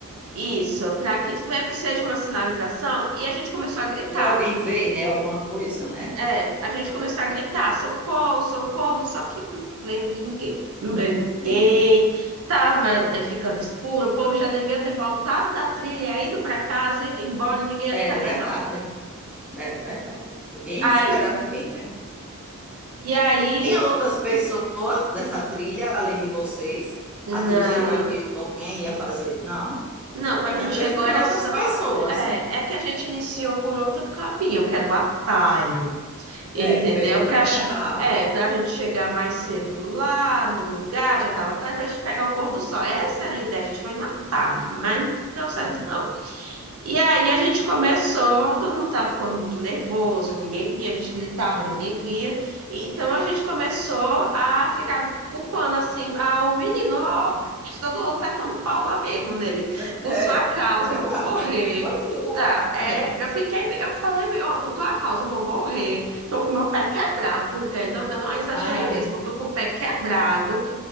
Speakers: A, on the right; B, in the centre.
A: Isso, para que meio que seja uma sinalização. E a gente começou a gritar.
B: É para alguém ver, né? Alguma coisa, né?
A: É, a gente começou a gritar, socorro, socorro, só que não veio ninguém, não
B: Não,
A: veio
B: ninguém.
A: ninguém, tava é, ficando escuro, o povo já devia ter voltado da trilha, ido para casa, ido embora, e ninguém ia
B: Era
A: ficar ali,
B: verdade,
A: não.
B: era verdade. Ninguém
A: Aí,
B: ia esperar ninguém, né?
A: e aí,
B: Tinha outras pessoas dessa trilha, além de vocês?
A: na...
B: Assim, você viu que alguém ia fazer? Não.
A: não, quando
B: E
A: a gente
B: às
A: chegou
B: vezes tem
A: era
B: outras
A: só,
B: pessoas,
A: é, é que a gente iniciou por outro caminho, que era o atalho.
B: né,
A: entendeu?
B: que pegou o
A: Pra,
B: caminho
A: chi-
B: errado.
A: é, pra gente chegar mais cedo lá no lugar, já tava tarde, pra gente pegar o pôr do sol. Essa era a ideia, a gente foi no atalho, mas não deu certo
B: Sim,
A: não. E aí a gente começou, todo mundo estava ficando muito nervoso, ninguém via, a gente gritava, ninguém via. E, então a gente começou a ficar culpando assim, ah, o menino, ó, <laughs> todo mundo tacando pau lá mesmo nele.
B: Ver-
A: Por
B: é
A: sua causa,
B: verdade.
A: eu vou morrer.
B: É culpa sua.
A: Tá, é,
B: É.
A: eu fiquei, me- eu falei, meu, ó, por tua causa, eu vou morrer. Tô com meu pé quebrado, porque ainda eu não exagerei
B: Ai,
A: mesmo, eu tô com o pé quebrado.